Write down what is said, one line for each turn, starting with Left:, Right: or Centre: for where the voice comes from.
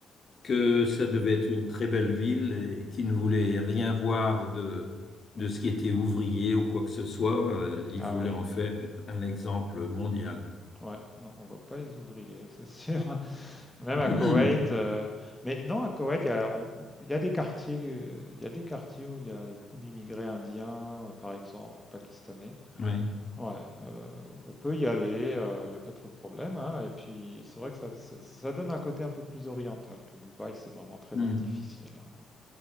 Left: que ça devait être une très belle ville et qu'il ne voulait rien voir de, de
Centre: mhm.
Left: ce qui était ouvrier ou quoi que ce soit. Euh, Il
Centre: Ah
Left: voulait
Centre: oui,
Left: en faire un exemple mondial.
Centre: ouais, non, on voit pas les ouvriers, <laughs> c'est sûr. Même
Left: <laughs>
Centre: à Koweït, euh, mais non, à Koweït, il y a, on- on- il y a des quartiers, euh, il y a des quartiers où il y a beaucoup d'immigrés indiens, euh, par exemple, pakistanais.
Left: Oui.
Centre: Ouais, euh, on peut y aller, euh, il n'y a pas trop de problèmes. hein. et puis, c'est vrai que ça, ça- ça donne un côté un peu plus oriental que Dubaï, c'est vraiment très
Left: Mm.
Centre: artificiel. hein.